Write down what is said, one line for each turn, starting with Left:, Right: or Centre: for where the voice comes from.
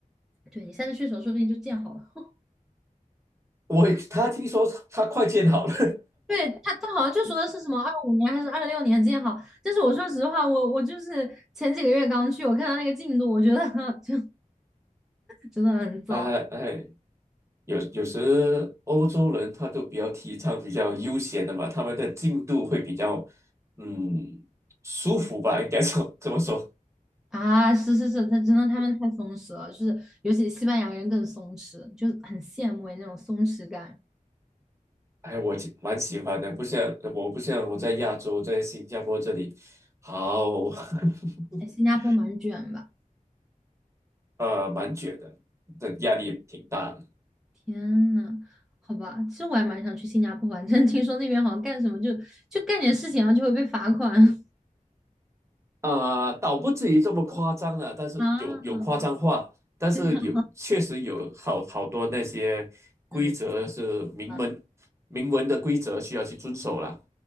Centre: 对你下次去的时候，说不定就建好了。
Right: 我他听说他快建好了，
Centre: 对他，他好像就说的是什么二五年还是二六年建好，但是我说实话，我我就是前几个月刚去，我看他那个进度，我觉得 <laughs> 就真的很早。
Right: <laughs> 哎哎。有有时欧洲人他都比较提倡比较悠闲的嘛，他们的进度会比较嗯舒服吧，应该说 <laughs> 这么说。
Centre: 啊，是是是，他真的他们太松弛了，就是尤其西班牙人更松弛，就很羡慕那种松弛感。
Right: 哎，我其蛮喜欢的，不像我不像我在亚洲，在新加坡这里，好 <laughs>
Centre: 哎，新加坡蛮卷吧？
Right: 呃蛮卷的，这压力挺大的。
Centre: 天呐，好吧，其实我还蛮想去新加坡玩，<laughs> 但是听说那边好像干什么就就干点事情，然后就会被罚款 <laughs>
Right: 呃，倒不至于这么夸张了，但是有有夸张话，
Centre: 啊。
Right: 但是有确实有好好多那些规则是明文明文的规则需要去遵守啦。
Centre: 这样，嗯，啊